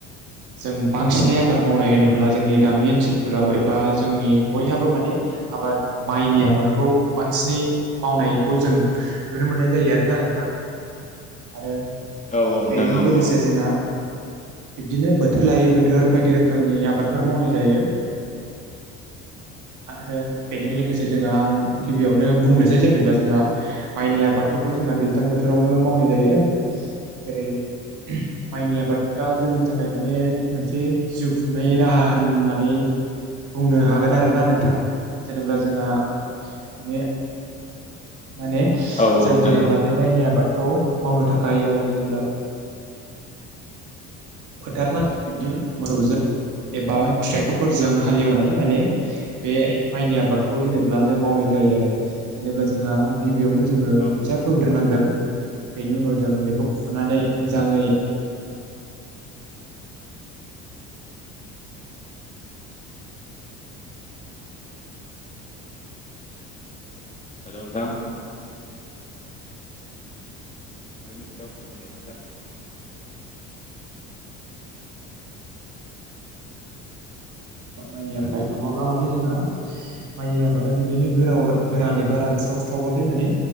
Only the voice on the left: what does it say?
<inaudible>
नोंथां औ नोंथां
औ
औ
नोंथां
<inaudible>
औ नोंथां
औ
औ नोंथां
हेल' नोंथां <unintelligible>